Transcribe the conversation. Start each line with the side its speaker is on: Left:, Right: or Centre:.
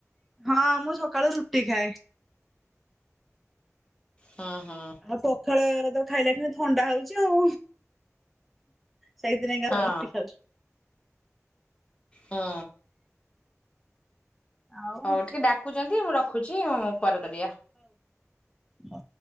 Centre: ହଁ ମୁଁ ସକାଳୁ ରୁ ଟି ଖାଏ।
Left: ହୁଁ ହୁଁ
Centre: ଆଉ ପଖାଳ ତ ଖାଇଲା ଖିଣି ଥଣ୍ଡା ହଉଛି ଆଉ। ସେଇ ଦିନ
Left: ହଁ।
Centre: <inaudible> ରୁଟି ଖାାଉଛୁ।
Left: ହଁ।
Centre: ଆଉ
Left: ହଉ ଟିକେ ଡାକୁଚନ୍ତି ମୁଁ ରଖୁଚି। ଉଁ, ପରେ କରିବା।
Centre: ହୋ।